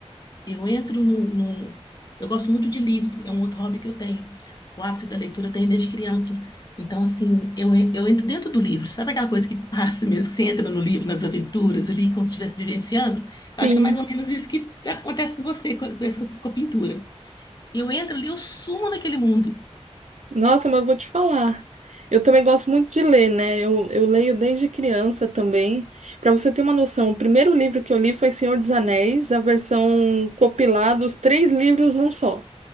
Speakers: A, on the left; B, on the right.
A: Eu entro no, no- Eu gosto muito de livro, é um outro hobby que eu tenho. O hábito da leitura eu tenho desde criança. Então, assim, eu, en- eu entro dentro do livro. Sabe aquela coisa que passa mesmo, que você entra no livro, nas aventuras ali, como se estivesse vivenciando? Eu
B: Sim.
A: acho que é mais ou menos isso que acontece com você, com com- com a pintura. Eu entro ali, eu sumo naquele mundo.
B: Nossa, mas eu vou te falar. Eu também gosto muito de ler, né? Eu, eu leio desde criança também. Para você ter uma noção, o primeiro livro que eu li foi Senhor dos Anéis, a versão compilada, os três livros num só.